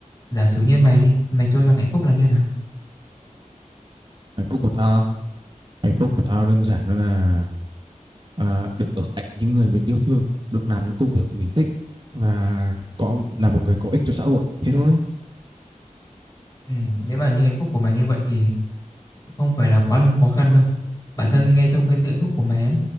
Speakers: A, on the left; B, on the right.
A: Giả sử như mày đi, mày cho rằng hạnh phúc là như nào?
B: Hạnh phúc của tao á, hạnh phúc của tao đơn giản đó là à, được ở cạnh những người mình yêu thương, được làm những công việc của mình thích và có là một người có ích cho xã hội. Thế thôi.
A: Ừm, nếu mà như hạnh phúc của mày như vậy thì cũng không phải là quá là khó khăn đâu. Bản thân ngay trong cái tự hạnh phúc của mày á,